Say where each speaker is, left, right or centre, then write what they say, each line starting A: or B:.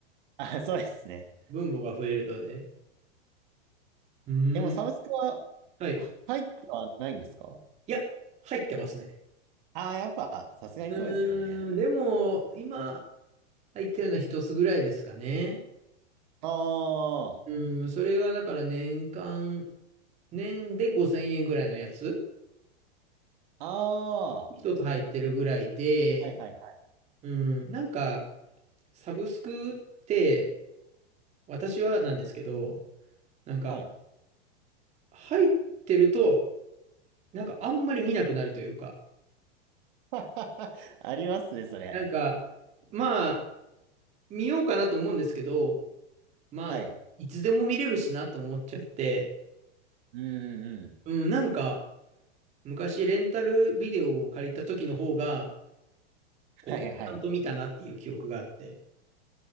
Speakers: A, on the right; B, on the right.
A: あ、そうですね。
B: 分母が増えるので。うーん、
A: でもサブスクは
B: はい。
A: 入ってはないんですか
B: いや、入ってますね。
A: ああ、やっぱ、さすがにそうですよね。
B: うーん、でも、今、入ってるのは一つぐらいですかね。
A: あ
B: うーん、それがだから年間、年で5000円ぐらいのやつ、
A: あ、ああ、
B: 一つ入ってるぐらいで、
A: はいはいはい。
B: うん、なんか、サブスクって、私はなんですけど、なんか、
A: はい。
B: 入ってると、なんかあんまり見なくなるというか、
A: <laughs> ありますね、それ。
B: なんか、まあ、見ようかなと思うんですけど、まあ、
A: はい。
B: いつでも見れるしなと思っちゃって、
A: うんうん。
B: うん、なんか、昔レンタルビデオを借りた時の方が、こう、
A: はいはい。
B: ちゃんと見たなっていう記憶があって。